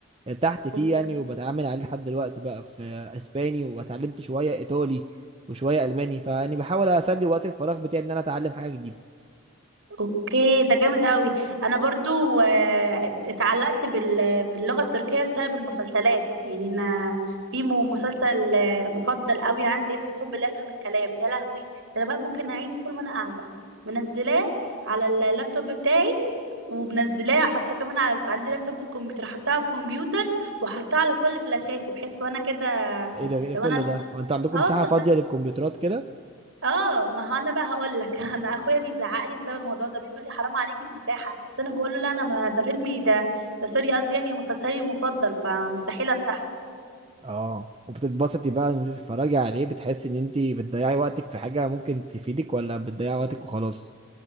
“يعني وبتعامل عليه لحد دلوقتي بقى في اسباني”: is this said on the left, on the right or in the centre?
Right